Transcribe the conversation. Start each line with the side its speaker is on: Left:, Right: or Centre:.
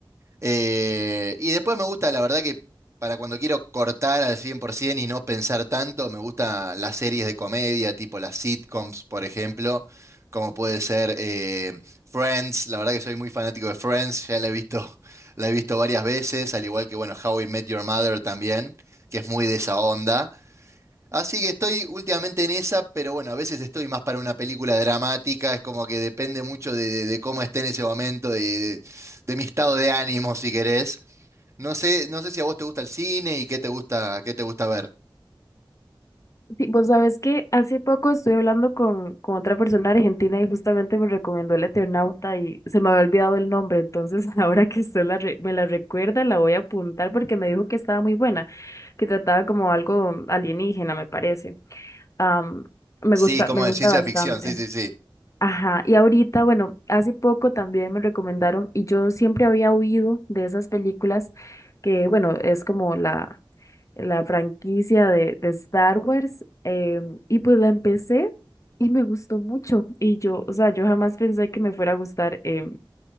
Right: Eh, y después me gusta, la verdad que para cuando quiero cortar al 100% y no pensar tanto, me gustan las series de comedia, tipo las sitcoms, por ejemplo, como puede ser eh, Friends, la verdad que soy muy fanático de Friends, ya la he visto, <laughs> la he visto varias veces, al igual que, bueno, How I Met Your Mother también, que es muy de esa onda. Así que estoy últimamente en esa, pero bueno, a veces estoy más para una película dramática, es como que depende mucho de, de- de cómo esté en ese momento, de, de- de mi estado de ánimo, si querés. No sé, no sé si a vos te gusta el cine y qué te gusta, qué te gusta ver.
Left: Sí, vos sabés que hace poco estuve hablando con, con otra persona argentina y justamente me recomendó el Eternauta y se me había olvidado el nombre, entonces <laughs> ahora que usted la re- me la recuerda la voy a apuntar porque me dijo que estaba muy buena, que trataba como algo alienígena, me parece. Am, me
Right: Sí,
Left: gusta,
Right: como
Left: me
Right: de
Left: gusta
Right: ciencia
Left: bastante.
Right: ficción, sí, sí, sí.
Left: Ajá, y ahorita, bueno, hace poco también me recomendaron y yo siempre había oído de esas películas que, bueno, es como la la franquicia de, de Star Wars em, y pues la empecé y me gustó mucho y yo, o sea, yo jamás pensé que me fuera a gustar em,